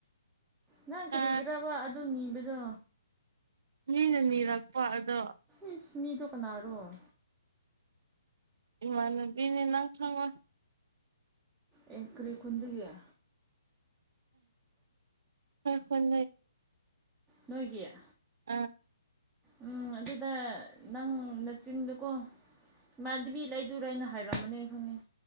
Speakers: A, in the centre; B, on the right.
A: ꯅꯪ
B: ꯑ
A: ꯀꯔꯤꯒ꯭ꯔꯕ ꯑꯗꯨ ꯅꯤꯕꯗꯣ
B: ꯃꯤꯅ ꯅꯤꯔꯛꯄ ꯑꯗꯣ
A: ꯏꯁ ꯃꯤꯗꯣ ꯀꯅꯥꯔꯣ
B: ꯏꯃꯅꯦ ꯅꯤ ꯅꯪ ꯊꯥꯡꯕ
A: ꯑꯦ ꯀ꯭ꯔꯤ ꯈꯨꯨꯟꯗꯤꯌꯥ
B: ꯑ ꯀꯟ
A: ꯅꯣꯏꯒꯌꯥ
B: ꯑꯞ
A: ꯎꯝ ꯑꯗꯨꯗ ꯅꯪ ꯅ ꯆꯤꯟꯗꯨꯀꯣ ꯏꯃꯥꯟꯗꯨꯕꯤ ꯂꯩꯗꯨ ꯂꯩꯅ ꯍꯥꯏꯔꯝꯕꯅꯦ ꯈꯪꯉꯦ